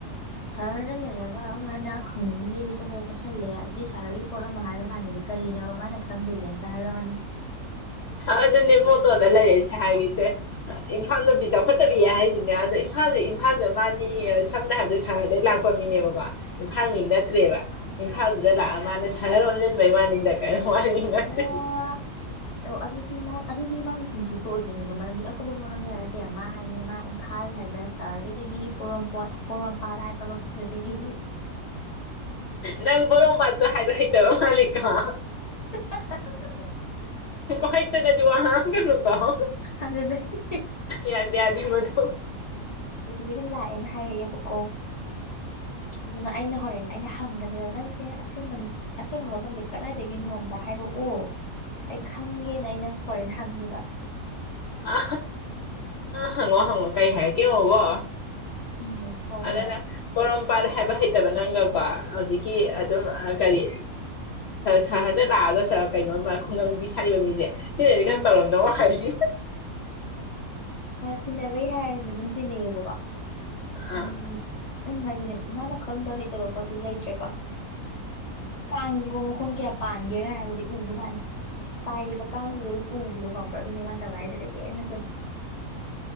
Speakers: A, on the left (about 35°); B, on the left (about 70°).
A: ꯁꯔ ꯂꯩꯦ ꯏꯂꯒ ꯃ ꯍꯥꯪꯤ ꯆ ꯆꯁꯂꯦ ꯑꯗꯨ ꯁꯍꯔꯒꯤ ꯄꯣꯠ ꯑꯃ ꯍꯥꯏꯕ ꯀꯥꯟꯗꯗꯤ ꯀꯔꯤꯅꯣ ꯃꯥꯅ ꯈꯪꯗꯣꯏꯁꯦ ꯑꯝꯇ ꯍꯥꯏꯔꯛꯑꯣꯅꯤ
B: ꯑꯗꯨꯅꯦ ꯇꯣꯗ ꯂꯩꯔꯏꯁꯦ ꯍꯥꯏꯔꯤꯁꯦ ꯏꯝꯐꯥꯜ ꯅꯨꯄꯤ ꯆꯥꯎꯈꯠꯇꯕꯤꯌꯦ ꯍꯥꯏꯁꯤꯅꯦ ꯑꯗ ꯏꯝꯐꯥꯜꯗ ꯏꯝꯐꯥꯜꯗ ꯃꯥꯅꯤ ꯁꯝꯅ ꯍꯥꯏꯔꯕꯗ ꯁꯍꯔꯗꯩ ꯂꯥꯛꯄ ꯃꯤꯅꯦꯕꯀꯣ ꯏꯝꯐꯥꯜꯉ ꯅꯠꯇ꯭ꯔꯦꯕ ꯏꯝꯐꯥꯜꯗꯨꯗ ꯂꯥꯛꯑ ꯃꯥꯅ ꯁꯥꯟꯅꯔ ꯂ ꯑꯣꯣꯟꯁꯤꯟꯕꯩ ꯋꯥꯅꯤꯗ ꯀꯩꯅꯣ ꯃꯅꯤ ꯃꯥꯅꯤ
A: ꯑꯣ ꯑꯣ ꯑꯗꯨꯗꯤ ꯃꯥ ꯑꯗꯨꯗꯤ ꯃꯥꯅ ꯆꯤꯟꯊꯤꯕ ꯑꯣꯏꯗꯣꯏꯅꯤꯀꯣ ꯃꯔꯝꯗꯤ ꯑꯀꯨꯞꯄ ꯃꯔꯣꯟꯗ ꯍꯥꯏꯔꯛꯀꯦ ꯃꯥ ꯍꯥꯏꯅꯦ ꯃꯥ ꯏꯝꯐꯥꯜ ꯍꯥꯏꯕ ꯁꯍꯔꯗꯨꯗꯒꯤ ꯄꯣꯔꯣꯝꯄꯥꯣꯠ ꯄꯣꯔꯣꯝꯄꯥꯠ ꯍꯥꯏꯕ ꯃꯐꯝꯗꯨꯗꯒꯤꯅꯤ
B: ꯅꯪ ꯕꯣꯔꯣꯝꯄꯥꯥꯠꯁꯨ ꯍꯥꯏꯕ ꯍꯥꯏꯇꯔ ꯃꯥꯂꯤꯀꯣ
A: <inaudible> <inaudible>
B: ꯀꯥꯏꯇꯅꯗꯨꯕꯨ ꯑ ꯀꯨ ꯀꯣ
A: ꯑꯗꯨꯗꯒꯤ
B: ꯌꯥꯗꯦ ꯌꯥꯗꯦ ꯃꯗꯨ
A: ꯑꯗꯨꯗꯒꯤ ꯂꯥꯛꯑꯦꯅ ꯍꯥꯏꯔꯛꯑꯦꯕꯀꯣ ꯑꯗꯨꯅ ꯑꯩꯅ ꯍꯣꯔꯦꯟ ꯑꯩꯅ ꯍꯪ ꯅꯦꯕ ꯅꯪꯁꯦ ꯑꯁꯦꯡꯕ ꯑꯁꯦꯡꯕ ꯃꯐꯝꯁꯦ ꯀꯗꯥꯏꯗꯒꯤꯅꯣ ꯑꯝꯇ ꯍꯥꯏꯔꯛꯑꯣ ꯈꯪꯒꯦꯅ ꯑꯩꯅ ꯍꯣꯔꯦꯟ ꯍꯪꯅꯤꯕ
B: ꯑ ꯍꯪꯉꯣ ꯍꯪꯉꯣ ꯀꯩ ꯍꯥꯏꯔꯛꯀꯦ ꯌꯦꯡꯉꯣꯀꯣ
A: ꯎꯝ ꯍꯣꯏ
B: ꯑꯗꯨꯅ
A: ꯍꯣꯏ
B: ꯄꯨꯔꯝ ꯄꯥꯠ ꯍꯥꯏꯕ ꯍꯩꯇꯕ ꯅꯪꯒ ꯀꯣ ꯍꯧꯖꯤꯛꯀꯤ ꯑꯗꯨꯝ ꯀꯔꯤ ꯁꯍꯔꯗ ꯂꯥꯛꯑꯒ ꯁ ꯀꯩꯅꯣꯝꯃ ꯈꯨꯡꯒꯪ ꯅꯨꯄꯤ ꯁꯥꯔꯤꯕ ꯃꯤꯁꯦ ꯁꯤꯅꯗꯤ
A: ꯑꯗꯨꯝ
B: ꯀꯩꯅꯣ ꯇꯧꯔꯝꯗꯧ ꯃꯜꯂꯤ
A: ꯇꯤꯟꯅꯕꯩ ꯍꯥꯏꯔꯦꯅꯦ ꯑꯗꯨꯝ ꯇꯤꯟꯅꯩꯌꯦꯕꯀꯣ ꯎꯝ
B: ꯑꯥ
A: ꯑꯩꯅ ꯍꯥꯏꯖꯤꯅꯦ ꯃꯥꯅ ꯈꯪꯗ ꯍꯩꯇꯕ ꯄꯣꯠꯇꯤ ꯂꯩꯇ꯭ꯔꯦꯀꯣ ꯀꯥꯡꯁꯤꯒꯣ ꯃꯈꯣꯡ ꯀꯌꯥ ꯄꯥꯟꯒꯦꯒ ꯍꯥꯏꯕꯁꯤ ꯎꯕꯖꯥꯠꯅꯤ ꯄꯥꯏꯔꯤꯕ ꯀꯥꯡꯁꯤꯗ ꯑꯗꯨꯝ ꯎꯕꯤꯗꯣ ꯈꯪꯕ꯭ꯔꯥ ꯑꯗꯨꯅꯦ ꯃꯥꯅ ꯇꯧꯒꯥꯏꯁꯦꯗꯤ ꯀꯩꯝ ꯅꯠꯇꯦ